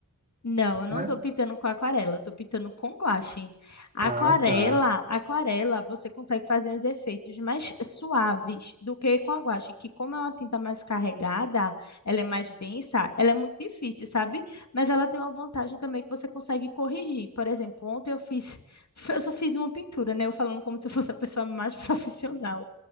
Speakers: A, on the left; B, on the right.
A: Não, eu não
B: né?
A: tô pintando com aquarela, eu tô pintando com guache. Aquarela,
B: Ah, tá.
A: aquarela, você consegue fazer uns efeitos mais suaves do que com a guache, que como é uma tinta mais carregada, ela é mais densa, ela é muito difícil, sabe? Mas ela tem uma vantagem também que você consegue corrigir. Por exemplo, ontem eu fiz, <laughs> eu só fiz uma pintura, né? Eu falando como se eu fosse a pessoa mais <laughs> profissional,